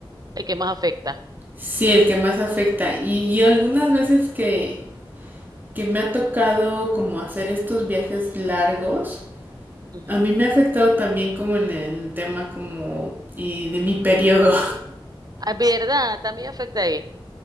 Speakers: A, on the right; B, on the right.
A: El que más afecta.
B: sí, el que más afecta. Y, y algunas veces que, que me ha tocado como hacer estos viajes largos,
A: Ujú.
B: a mí me ha afectado también como en el tema como eh, de mi periodo.
A: Ah, ¿verdad? También afecta ahí.